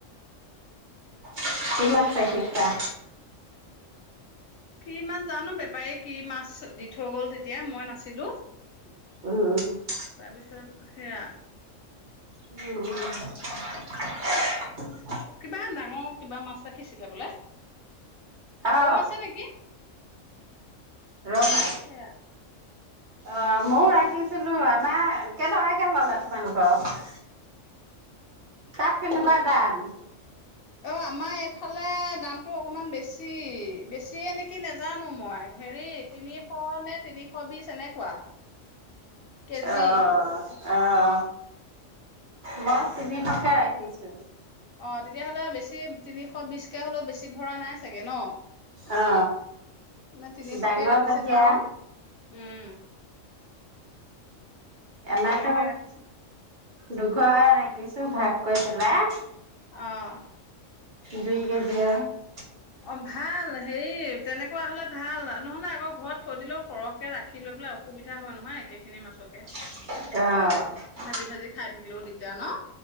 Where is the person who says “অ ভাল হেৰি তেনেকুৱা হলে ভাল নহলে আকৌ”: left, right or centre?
Left